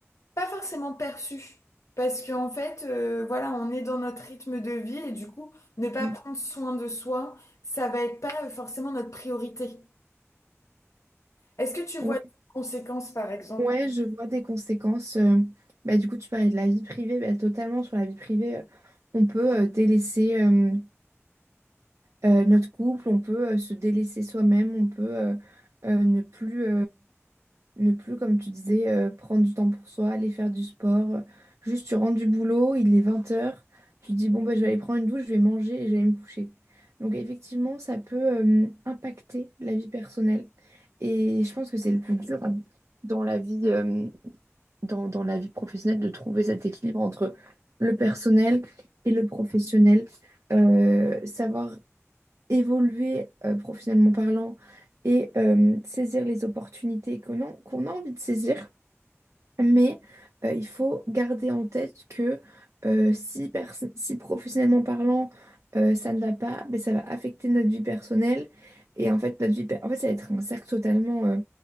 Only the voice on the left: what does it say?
pas forcément perçue. Parce qu'en fait, euh, voilà, on est dans notre rythme de vie et du coup, ne pas
prendre soin de soi, ça va être pas euh, forcément notre priorité. Est-ce que tu
vois des conséquences, par exemple?